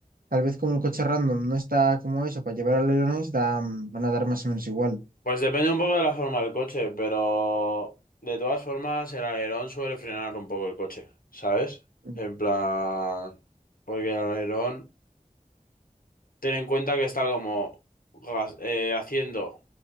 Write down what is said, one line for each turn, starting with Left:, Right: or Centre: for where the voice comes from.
Right: tal vez como el coche random no está como eso, para llevar alerones da, mm, van a dar más o menos igual.
Left: Pues depende un poco de la forma del coche, pero de todas formas el alerón suele frenar un poco el coche, ¿sabes?
Right: Mm,
Left: En plan, porque el alerón, ten en cuenta que está como gas- eh, haciendo...